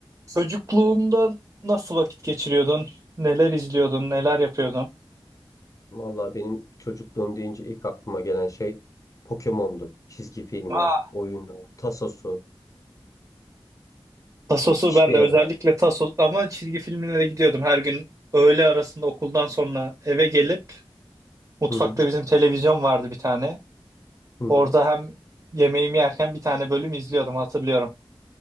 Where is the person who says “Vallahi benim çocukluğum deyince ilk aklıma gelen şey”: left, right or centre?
Left